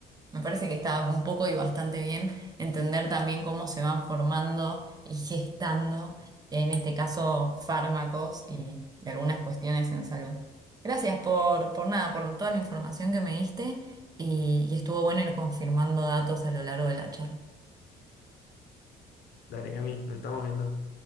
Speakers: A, on the right; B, on the left.
A: me parece que está un poco y bastante bien entender también cómo se van formando y gestando, en este caso, fármacos y, y algunas cuestiones en salud. Gracias por, por nada, por toda la información que me diste y, y estuvo bueno ir confirmando datos a lo largo de la charla.
B: Dale, Cami, nos estamos viendo.